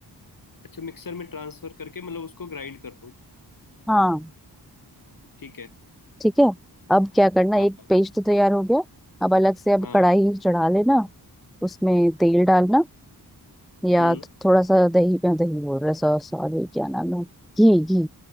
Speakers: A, on the left (about 50°); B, in the centre.
A: अच्छा मिक्सर में ट्रांसफर करके मतलब उसको ग्राइंड कर दूँ
B: हाँ
A: ठीक है
B: ठीक है अब क्या करना
A: हाँ
B: एक
A: हाँ
B: पेस्ट तो तैयार हो गया अब अलग से अब
A: हाँ
B: कढ़ाई चढ़ा लेना उसमें तेल डालना या
A: हम्म
B: थ- थोड़ा सा दही अ, दही बोल रहा सॉ- सॉरी क्या नाम है घी घी